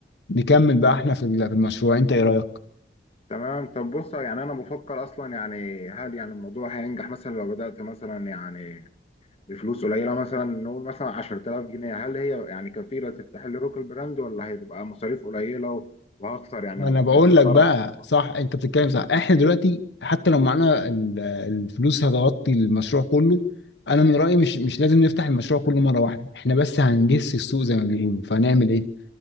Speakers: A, on the left; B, on the left.
A: نكمل بقى احنا في ال- في المشروع انت ايه رايك
B: تمام طب بص يعني انا بفكر اصلا يعني هل يعني الموضوع هينجح مثلا لو بدأت مثلا يعني بفلوس قليله مثلا نقول مثلا 10000 جنيه هل هي يعني كفيله تفتح لي روك البراند ولا هتبقى مصاريف قليله وهخسر يعني
A: ما
B: الخ-
A: انا بقول
B: الخساره
A: لك بقى
B: محترمه
A: صح انت بتتكلم صح احنا دلوقتي حتى لو معانا ال- الفلوس هتغطي المشروع كله انا من رايي مش مش لازم نفتح المشروع كله مره واحده احنا بس هنجس السوق زي ما بيقولوا فهنعمل ايه